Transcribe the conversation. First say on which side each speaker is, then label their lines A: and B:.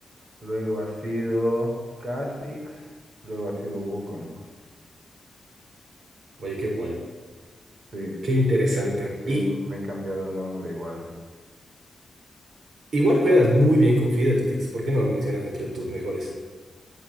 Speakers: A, on the right; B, on the right.
A: Luego ha sido Kha'Zix, luego ha sido Wukong.
B: Oye, qué bueno.
A: Sí.
B: Qué interesante.
A: Y ahí recién
B: Y
A: me he cambiado el nombre igual.
B: igual juegas muy bien con Fiddlesticks. ¿Por qué no lo mencionas entre tus mejores?